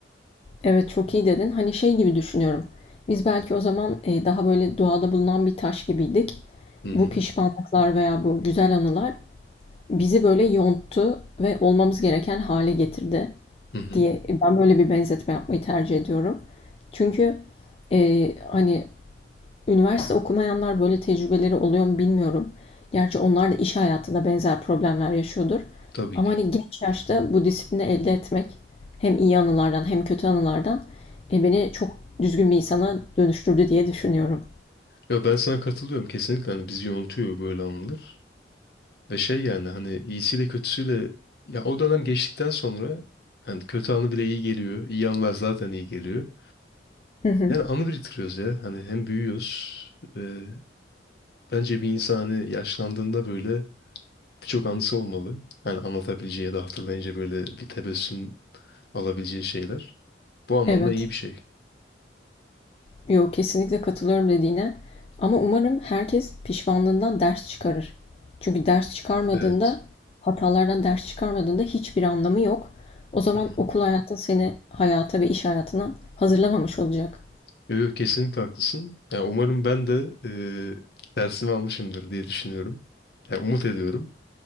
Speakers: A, on the left (about 35°); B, on the left (about 60°).
A: Evet, çok iyi dedin. Hani şey gibi düşünüyorum. Biz belki o zaman e, daha böyle doğada bulunan bir taş gibiydik.
B: Hı hı.
A: Bu pişmanlıklar veya bu güzel anılar bizi böyle yonttu ve olmamız gereken hale getirdi
B: Hı hı.
A: diye ben böyle bir benzetme yapmayı tercih ediyorum. Çünkü e, hani Üniversite okumayanlar böyle tecrübeleri oluyor mu bilmiyorum. Gerçi onlar da iş hayatında benzer problemler yaşıyordur.
B: Tabii
A: Ama
B: ki.
A: hani genç yaşta bu disiplini elde etmek hem iyi anılardan hem kötü anılardan e, beni çok düzgün bir insana dönüştürdü diye düşünüyorum.
B: Ya ben sana katılıyorum kesinlikle. Hani bizi yontuyor böyle anılar. Ve şey yani hani iyisiyle kötüsüyle ya o dönem geçtikten sonra hani kötü anı bile iyi geliyor. iyi anılar zaten iyi geliyor.
A: Hı hı.
B: Yani anı biriktiriyoruz ya. Hani hem büyüyoruz. e, bence bir insan hani yaşlandığında böyle birçok anısı olmalı. Hani anlatabileceği ya da hatırlayınca böyle bir tebessüm alabileceği şeyler. Bu anlamda
A: Evet.
B: iyi bir şey.
A: Yok kesinlikle katılıyorum dediğine. Ama umarım herkes pişmanlığından ders çıkarır. Çünkü ders çıkarmadığında,
B: Evet.
A: hatalardan ders çıkarmadığında hiçbir anlamı yok. O zaman
B: Hı hı.
A: okul hayatın seni hayata ve iş hayatına hazırlamamış olacak.
B: Yo, yo, kesinlikle haklısın. Yani umarım ben de e, dersimi almışımdır diye düşünüyorum. Yani umut ediyorum.